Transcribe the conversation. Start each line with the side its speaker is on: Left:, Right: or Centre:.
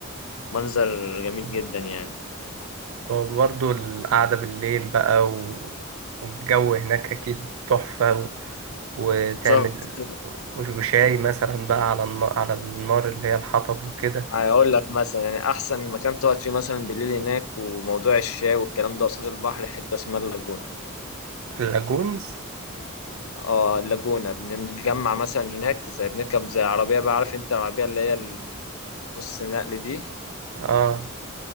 Left: منظر جميل
Right: مم.
Left: جدا يعني
Right: برضه القعدة بالليل بقى و... والجو هناك أكيد تحفة و... وتعمل
Left: بالظبط كده
Right: وش- وشاي مثلا بقى على النار على النار اللي هي الحطب وكده
Left: هقول لك مثلا يعني أحسن مكان تقعد فيه مثلا بالليل هناك وموضوع الشاي والكلام ده قصاد البحر حتة اسمها اللاجونة
Right: اللاجونز
Left: اه اللاجونة بنتجمع مثلا هناك زي بنركب زي عربية بقى عارف انت العربية اللي هي النص نقل دي
Right: اه